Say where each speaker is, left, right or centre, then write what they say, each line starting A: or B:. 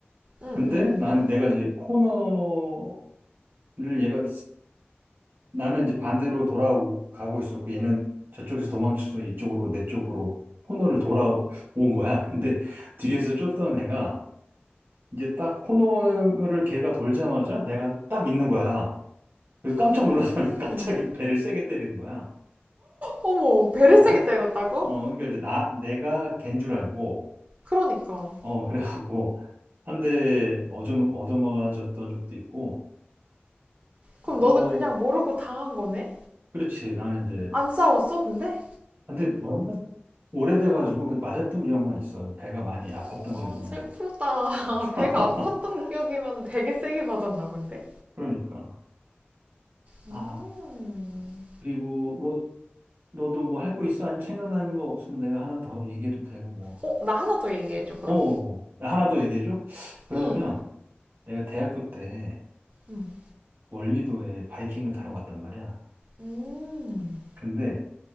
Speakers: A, on the right; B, on the right.
A: 응,
B: 근데
A: 응, 응.
B: 나는 내가 이제 코너를 얘가 나는 이제 반대로 돌아가고 있었고 얘는 저쪽에서 도망쳐서 이쪽으로 내 쪽으로 코너를 돌아온 거야. <laughs> 근데 뒤에서 쫓던 애가 이제 딱 코너를 걔가 돌자마자 내가 딱 있는 거야. 그 깜짝
A: 음.
B: 놀라서 <laughs> 갑자기 배를 세게 때리는 거야.
A: 어머, 배를
B: 그러니까
A: 세게
B: 난,
A: 때렸다고?
B: 어, 그러니까 이제 나, 내가 걘 줄 알고,
A: 그러니까.
B: 어, <laughs> 그래갖고 한 대 얻어, 얻어맞았던 적도 있고
A: 그럼 너는
B: 또
A: 그냥 모르고 당한 거네?
B: 그렇지 나는 이제
A: 안 싸웠어, 근데?
B: 근데 오래돼가지고 그 맞았던 기억만 있어요. 배가 많이 아팠던
A: 어,
B: 기억만.
A: 아, 슬프다. <laughs>
B: <laughs>
A: 배가 아팠던 기억이면 되게 세게 맞았나 본데?
B: 그러니까.
A: 음.
B: 아, 그리고 뭐, 너도 뭐 할 거 있어? 아니면 생각나는 거 없으면 내가 하나 더 얘기해도 되고 뭐.
A: 어, 나 하나 더 얘기해줘, 그럼.
B: 어, 어, 어. 하나 더 얘기해줘? 그러면
A: 응.
B: 내가 대학교 때
A: 음.
B: 월미도에 바이킹을 타러 갔단 말이야.
A: 음.
B: 근데